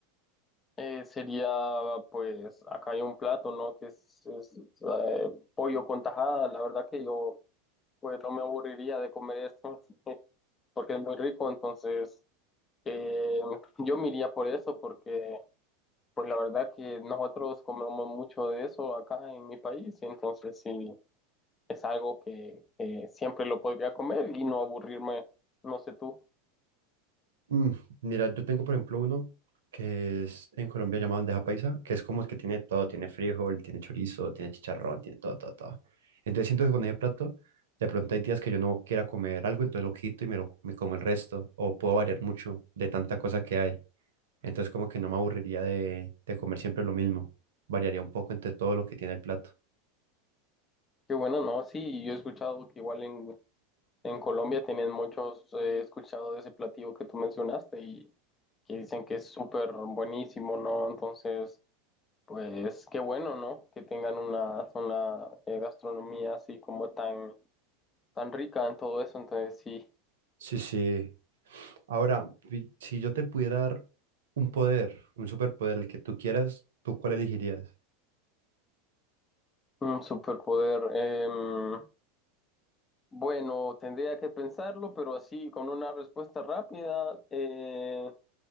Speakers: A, on the left (about 25°); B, on the right (about 75°).
A: Eh, sería, pues, acá hay un plato, ¿no? Que es, es, eh, pollo con tajada. La verdad que yo, pues, no me aburriría de comer esto <laughs> porque es muy rico. Entonces, Eh, yo me iría por eso porque, pues la verdad que nosotros comemos mucho de eso acá en mi país, y entonces sí, es algo que eh, siempre lo podría comer y no aburrirme, no sé tú.
B: Mm, mira, yo tengo por ejemplo uno que es en Colombia llamado bandeja paisa, que es como el que tiene todo, tiene frijol, tiene chorizo, tiene chicharrón, tiene todo, todo, todo. Entonces siento que con ese plato, de pronto hay días que yo no quiera comer algo, entonces lo quito y me lo me como el resto, o puedo variar mucho de tanta cosa que hay. Entonces como que no me aburriría de, de comer siempre lo mismo, variaría un poco entre todo lo que tiene el plato.
A: Qué bueno, no, sí, yo he escuchado que igual en, en Colombia tienen muchos, eh, he escuchado de ese platillo que tú mencionaste y que dicen que es súper buenísimo, ¿no? Entonces... Pues qué bueno, ¿no? Que tengan una, una eh, gastronomía así como tan, tan rica en todo eso. Entonces sí,
B: Sí, sí. Ahora, vi- si yo te pudiera dar un poder, un superpoder, el que tú quieras, ¿tú cuál elegirías?
A: un superpoder. em, bueno, tendría que pensarlo, pero así con una respuesta rápida, eh,